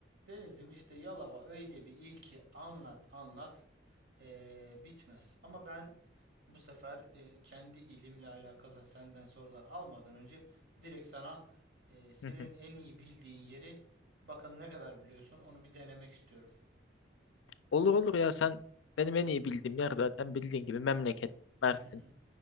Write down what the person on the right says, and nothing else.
Denizim işte Yalova öyle bir il ki anlat anlat eee, bitmez. Ama ben bu sefer eee, kendi ilimle alakalı senden sorular almadan önce direkt sana eee, senin
en iyi bildiğin yeri bakalım ne kadar biliyorsun onu bir denemek istiyorum.
Hı hı.